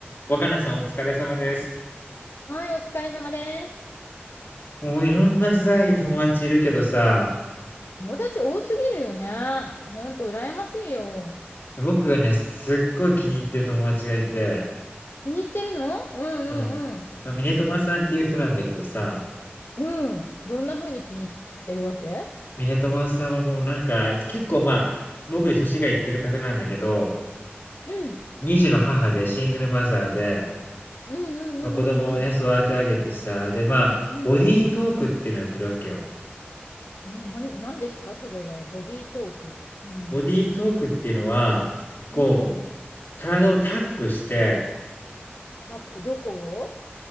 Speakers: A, on the left; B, on the left.
A: 若菜さんお疲れ様です。
B: はい、お疲れ様です。
A: もういろんなさ、友達いるけどさ、
B: 友達多すぎるよね。ほんと、羨ましいよ。
A: で僕がね、すっごい気に入ってる友達がいて、
B: 気に入ってるのうんうん
A: そう、まあ、ミネトマさんっていう人なんだけどさ、
B: うん。うん。どんな風に気に入ってるわけ
A: ミネトマさんはもうなんか、結構まあ、僕より年がいってる方なんだけど、
B: うん。
A: 二児の母でシングルマザーで、
B: うんうんうんうんうん。
A: ま、子供をね、育て上げてさ、で、まあ、
B: うん。
A: ボディートークっていうのやってるわけよ。
B: うん、なん、なんですかそれは。ボディートーク。うん。
A: ボディートークっていうのは、こう、
B: うん。
A: 体をタップして
B: タップ、どこを